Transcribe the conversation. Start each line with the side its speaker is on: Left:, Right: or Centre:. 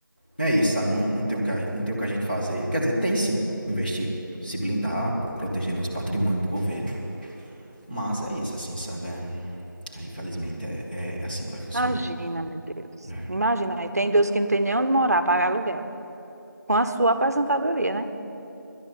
Left: É isso, sabe? Não, não, tem o que, não tem o que a gente fazer. Quer dizer, tem sim, investir, se blindar, pro- proteger nosso patrimônio do governo. Mas é isso, assim, sabe? É- é, infelizmente é, é assim que vai funcionar.
Right: Imagina, meu Deus.
Left: É.
Right: Imagina, aí tem Deus que não tem nem onde morar, pagar aluguel. Com a sua aposentadoria, né?